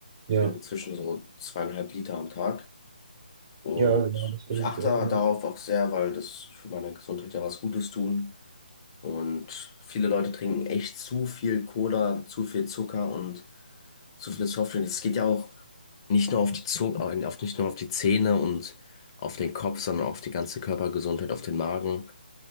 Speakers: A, on the right; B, on the left.
A: Ja,
B: Ich trinke zwischen so zweieinhalb Liter am Tag. Und
A: ja, genau, das versuche
B: ich achte
A: ich auch immer.
B: darauf auch sehr, weil das für meine Gesundheit ja was Gutes tun. Und viele Leute trinken echt zu viel Cola, zu viel Zucker und so viele Softdrinks. Es geht ja auch nicht nur auf die Zunge, auf, nicht nur auf die Zähne und auf den Kopf, sondern auch auf die ganze Körpergesundheit, auf den Magen.